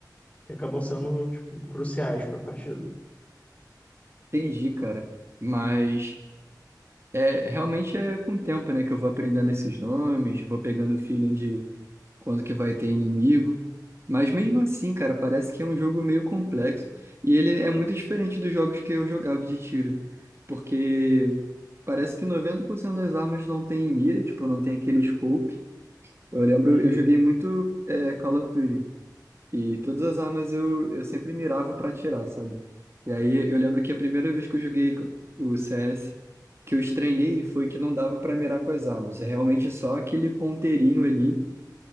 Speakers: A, on the left (about 20°); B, on the right (about 35°).
A: que acabam sendo tipo, cruciais para a partida.
B: Entendi, cara. Mas. É, realmente é com o tempo, né, que eu vou aprendendo esses nomes, vou pegando o feeling de quando que vai ter inimigo. Mas mesmo assim, cara, parece que é um jogo meio complexo. E ele é muito diferente dos jogos que eu jogava de tiro. Porque parece que 90% das armas não tem mira, tipo, não tem aquele scope. Eu lembro,
A: Uhum.
B: eu joguei muito é, Call of Duty. E todas as armas eu, eu sempre mirava pra atirar, sabe? E aí eu lembro que a primeira vez que eu joguei o CS, que eu estranhei foi que não dava pra mirar com as armas. É realmente só aquele ponteirinho ali.